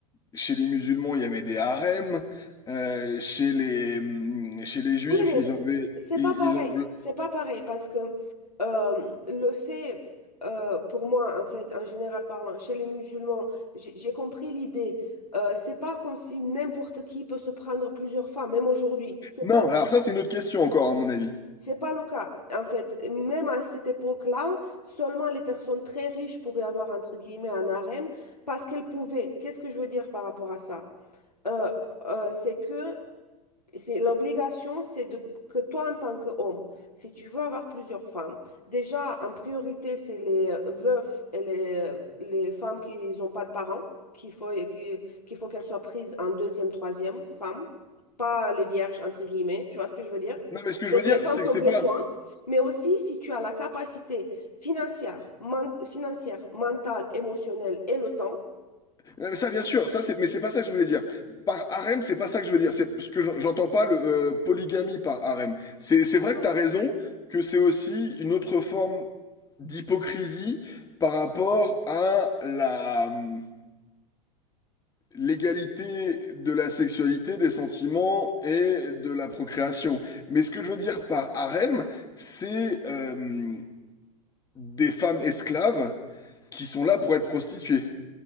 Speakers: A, on the left; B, on the left.
A: chez les musulmans il y avait des harems Euh, chez les hum, chez les juifs
B: Oui,
A: ils avaient
B: c'est
A: ils,
B: pas pareil.
A: ils ont
B: C'est pas pareil parce que euh, le fait, euh, pour moi, en fait, en général parlant, chez les musulmans, j'ai j'ai compris l'idée. Euh, c'est pas comme si n'importe qui peut se prendre plusieurs femmes, même aujourd'hui. C'est
A: non
B: pas,
A: alors ça c'est une autre question encore à mon avis
B: c'est pas le cas. En fait, même à cette époque-là, seulement les personnes très riches pouvaient avoir, entre guillemets, un harem parce qu'elles pouvaient. Qu'est-ce que je veux dire par rapport à ça? Euh, euh, c'est que c'est l'obligation, c'est de que toi en tant qu'homme, si tu veux avoir plusieurs femmes, déjà en priorité c'est les euh, veufs et les, euh, les femmes qui n'ont pas de parents, qu'il faut qui- qu'il faut qu'elles soient prises en deuxième, troisième femme, pas les vierges entre guillemets, tu vois ce que je veux dire?
A: non mais ce que je
B: Donc
A: veux dire
B: les femmes
A: c'est
B: qui
A: que
B: ont
A: c'est
B: besoin,
A: pas
B: mais aussi si tu as la capacité financière, men- financière, mentale, émotionnelle et le temps.
A: Non, mais ça, bien sûr, ça, c'est, mais c'est pas ça que je voulais dire. Par harem, c'est pas ça que je veux dire. C'est parce que j'en- j'entends pas le euh, polygamie par harem. C'est, c'est vrai
B: Voilà.
A: que t'as raison que c'est aussi une autre forme d'hypocrisie par rapport à la hum, l'égalité de la sexualité, des sentiments et de la procréation. Mais ce que je veux dire par harem, c'est euh, des femmes esclaves qui sont là pour être prostituées